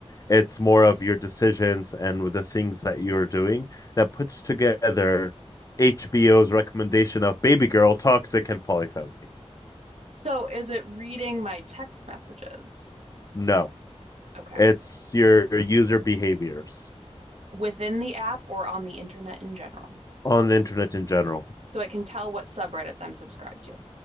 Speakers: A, on the left (about 30°); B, on the right (about 70°).
A: It's more of your decisions and with the things that you're doing that puts together HBO's recommendation of Baby Girl, Toxic and Polyfamily.
B: So is it reading my text messages?
A: No,
B: Okay.
A: it's your user behaviors
B: Within the app or on the internet in general.
A: on the internet in general.
B: So it can tell what subreddits I'm subscribed to.